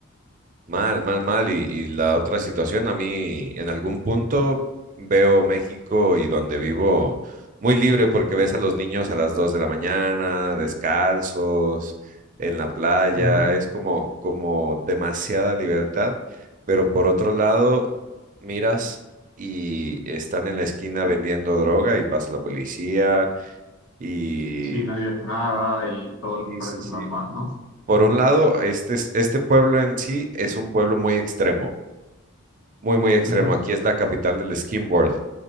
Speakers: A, on the right; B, on the left.
A: Mal, mal, mal. Y, y la otra situación, a mí en algún punto veo México y donde vivo muy libre porque ves a los niños a las 2 de la mañana, descalzos, en la playa,
B: Ujú.
A: es como, como demasiada libertad. Pero por otro lado, miras y están en la esquina vendiendo droga y pasa la policía y...
B: Sí, nadie hace nada y todo les
A: Sí,
B: parece
A: sí, sí.
B: normal, ¿no?
A: Por un lado, este, es- este pueblo en sí es un pueblo muy extremo. muy, muy extremo.
B: Ujú.
A: Aquí es la capital del skimboard